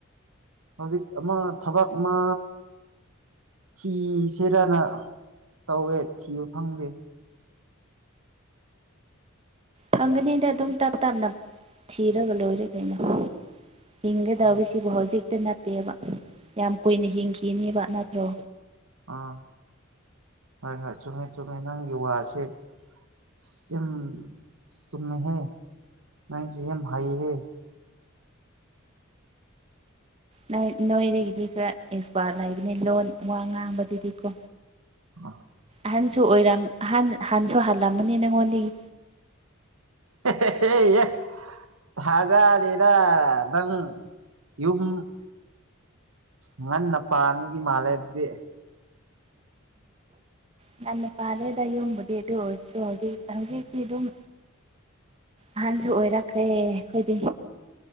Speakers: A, on the right (about 85°); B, on the right (about 30°).
A: ꯍꯧꯖꯤꯛ ꯑꯃ ꯊꯕꯛ ꯑꯃ ꯊꯤꯁꯤꯔꯅ ꯇꯧꯋꯦ ꯊꯤꯕ ꯐꯪꯗꯦ
B: ꯐꯪꯒꯅꯤꯗ ꯑꯗꯨꯝ ꯇꯞ ꯇꯞꯅ ꯊꯤꯔꯒ ꯂꯣꯏꯔꯦ ꯀꯩꯅꯣ ꯍꯤꯡꯒꯗ
A: ꯑꯥ
B: ꯁꯤꯕꯨ ꯍꯧꯖꯤꯛꯇ ꯅꯠꯇꯦꯕ ꯌꯥꯝ ꯀꯨꯏꯅ ꯍꯤꯡꯈꯤꯅꯦꯕ ꯅꯠꯇ꯭ꯔꯣ
A: ꯑꯥ ꯍꯣꯏ ꯍꯣꯏ ꯆꯨꯝꯃꯦ ꯆꯨꯝꯃꯦ ꯅꯪꯒꯤ ꯋꯥꯁꯦ ꯆꯤꯝ ꯆꯨꯝꯃꯦꯍꯦ ꯅꯪꯖꯦ ꯌꯥꯝ ꯍꯩꯌꯦꯍꯦ
B: ꯅ‌ꯣꯏ ꯅꯣꯏꯗꯒꯤꯗꯤ ꯈꯔ ꯑꯦꯛꯁꯄꯥꯔꯠ ꯂꯩꯕꯅ‌ꯦ ꯂꯣꯟ ꯋꯥ ꯉꯥꯡꯕꯗꯗꯤ ꯀꯣ
A: ꯍ‌ꯣꯏ
B: ꯑꯍꯟꯁꯨ ꯑꯣꯏꯔꯝ ꯑꯍꯟ ꯍꯟꯁꯨ ꯍꯟꯂꯝꯃꯅꯤ ꯅꯪꯉꯣꯟꯗꯒꯤ
A: ꯍꯦ ꯍꯦ ꯍꯦ ꯌꯦ ꯊꯥꯖꯗ‌ꯦꯗ ꯅꯪ ꯌꯨꯝ ꯉꯟꯅ ꯄꯥꯟꯕꯒꯤ ꯃꯥꯜꯂꯦ ꯑꯗꯨꯗꯤ
B: ꯉꯟꯅ ꯄꯥꯜꯂꯦꯗ ꯌꯨꯝꯕꯨꯗꯤ ꯑꯗꯨ ꯑꯣꯏꯁꯨ ꯍꯧꯖꯤꯛ ꯍꯧꯖꯤꯛꯒꯤ ꯑꯗꯨꯝ ꯑꯍꯟꯁꯨ ꯑꯣꯏꯔꯛꯈ꯭ꯔꯦ ꯑꯩꯈꯣꯏꯗꯤ